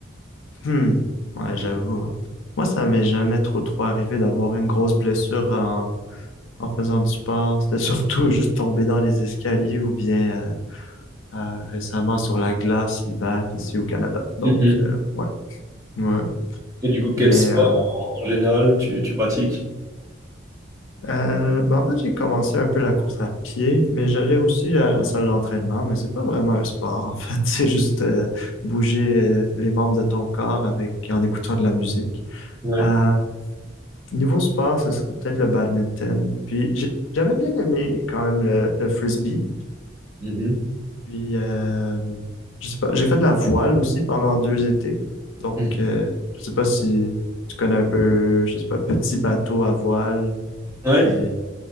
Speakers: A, on the left; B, on the right.
A: Hmm. Ouais,
B: Mhm.
A: j'avoue. hein. Moi, ça m'est jamais trop trop arrivé d'avoir une grosse blessure en, en faisant du sport. C'était surtout <laughs> juste tomber dans les escaliers ou bien euh, euh, récemment sur la glace l'hiver ici au Canada. Donc,
B: Mhm.
A: euh, ouais. Ouais.
B: Et du coup, quel
A: Mais,
B: sport
A: euh,
B: en, en général tu, tu pratiques?
A: euh, mais en fait, j'ai commencé un peu la course à pied, mais j'allais aussi à la salle d'entraînement, mais c'est pas vraiment un sport, en fait. <laughs> C'est juste euh, bouger euh, les membres de ton corps avec en écoutant de la musique.
B: Ouais.
A: Euh, Niveau sport, ce serait peut-être le badminton. Puis j'ai- j'avais bien aimé quand même le, le frisbee.
B: Mhm.
A: Puis euh, je sais pas, j'ai fait de la voile aussi pendant deux étés. Donc
B: Mhm.
A: euh, je sais pas si tu connais un peu, je sais pas, petit bateau à voile.
B: Ouais,
A: Puis